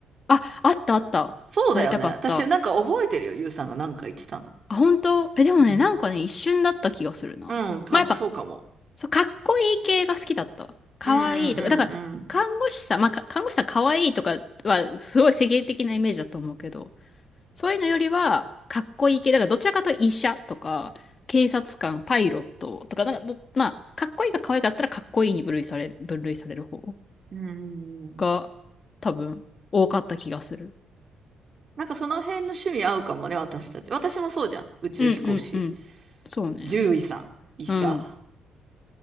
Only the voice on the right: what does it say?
そうだよね。
私なんか覚えてるよ。ゆうさんがなんか言ってたの。
うん。
うん、多分そうかも。
うんうん
うんうん。うんうん
なんかその辺の趣味合うかもね、私たち。私もそうじゃん。宇宙飛行士。
獣医さん、医者、